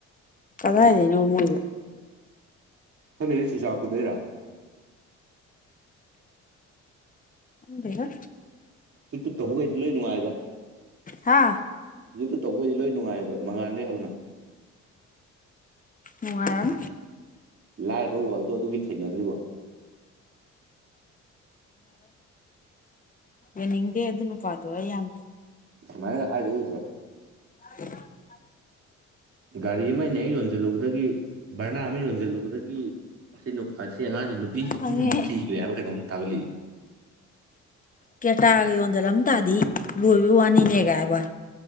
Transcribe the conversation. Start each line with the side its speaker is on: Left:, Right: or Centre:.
Left: ꯀꯂꯥꯏꯗꯦ ꯏꯅꯣꯃꯣꯏꯦ
Right: ꯍꯅꯦ ꯁꯁꯥꯞ ꯀꯗꯔ
Left: ꯎꯦꯕ
Right: ꯁꯤ ꯇꯍꯒ ꯏꯂ ꯅꯨꯡꯉꯑꯒ
Left: ꯍꯥ
Right: ꯌꯦ ꯇꯧꯕꯩꯗꯤ ꯂꯣꯏ ꯅꯨꯡꯉꯥꯏꯕ ꯃꯉꯥꯥꯟꯗꯒꯤꯩ ꯍꯧꯅ
Left: ꯅꯨꯡꯉꯔꯝ
Right: ꯂꯥꯏꯔꯕ ꯋꯥꯔꯜꯗꯣ ꯑꯗꯨꯒꯤ ꯊꯦꯡꯅꯗ꯭ꯔꯤꯕꯣ
Left: ꯌꯥꯅꯤꯡꯗꯦ ꯑꯗꯨ ꯑꯗꯨꯅ ꯄꯥꯠꯇ ꯋꯥ ꯌꯥꯟ
Right: ꯃꯥꯏꯅꯦ ꯍꯥꯏꯥ ꯌꯎꯗ
Left: <inaudible>
Right: ꯒꯥꯔꯤ ꯑꯃ ꯑꯩꯅ ꯍꯦꯛ ꯌꯣꯟꯁꯤꯜꯂꯨꯕꯗꯒꯤ ꯚꯔꯅꯥ ꯑꯃ ꯌꯣꯟꯁꯤꯜꯂꯨꯕꯗꯒꯤ ꯑꯁꯤ ꯑꯁꯤ ꯑꯉꯥꯡꯁꯤ ꯅꯨꯄꯤꯁꯤꯛ
Left: ꯈꯪꯉꯦ
Right: ꯊꯤꯈ꯭ꯔꯦ ꯍꯥꯏꯕ ꯀꯩꯅꯣꯝ ꯊꯥꯒꯠꯂꯛꯏ
Left: ꯀꯦꯇꯥꯒ ꯌꯣꯟꯖꯜꯂꯝ ꯇꯥꯗꯤ ꯂꯣꯏꯕ ꯋꯥꯅꯤꯅꯦ ꯀꯥꯏꯕ